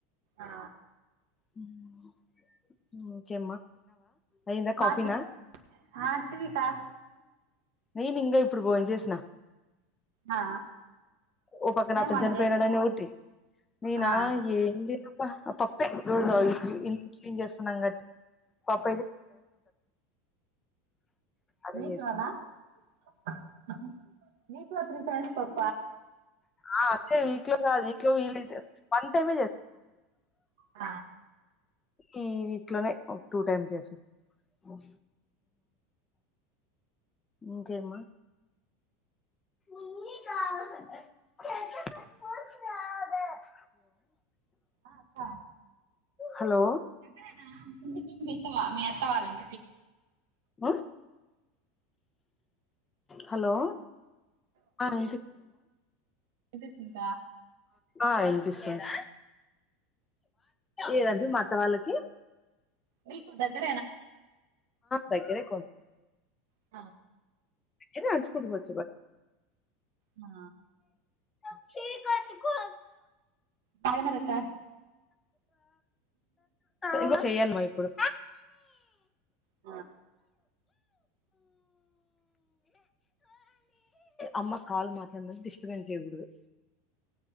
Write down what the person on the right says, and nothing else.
ఆ
మా
క అంటి క
ఆ
ఏం
వంట
చేసినావు
ఆ
మీట్
వణ అ నకుత్రి తెన్స్ పప్ప
ఆ
అక్క
దగ్గరేనా ఇంతకీ నువెల్తవా మీ అత్తవాళ్ళైంటికి?
ఎది సీందా
మీకు దగ్గరేనా అంటున్నా
ఆ
ఆ
తగినార కాఫీ
ఆ